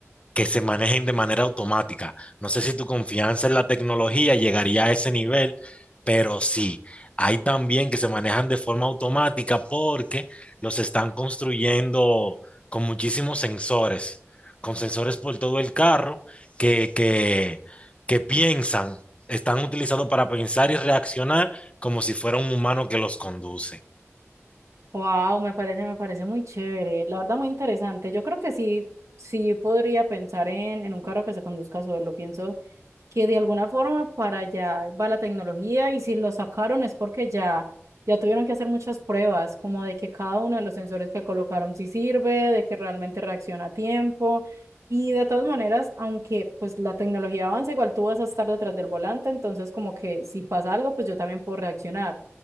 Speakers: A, on the left; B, on the right.
A: que se manejen de manera automática. No sé si tu confianza en la tecnología llegaría a ese nivel, pero sí, hay también que se manejan de forma automática porque los están construyendo con muchísimos sensores, con sensores por todo el carro que, que, que piensan, están utilizados para pensar y reaccionar como si fuera un humano que los conduce.
B: wow, me parece, me parece muy chévere, la verdad muy interesante. Yo creo que sí, sí podría pensar en, en un carro que se conduzca solo, pienso. que de alguna forma para allá va la tecnología y si lo sacaron es porque ya, ya tuvieron que hacer muchas pruebas, como de que cada uno de los sensores que colocaron sí sirve, de que realmente reacciona a tiempo. Y de todas maneras, aunque pues la tecnología avanza, igual tú vas a estar detrás del volante, entonces como que si pasa algo, pues yo también puedo reaccionar.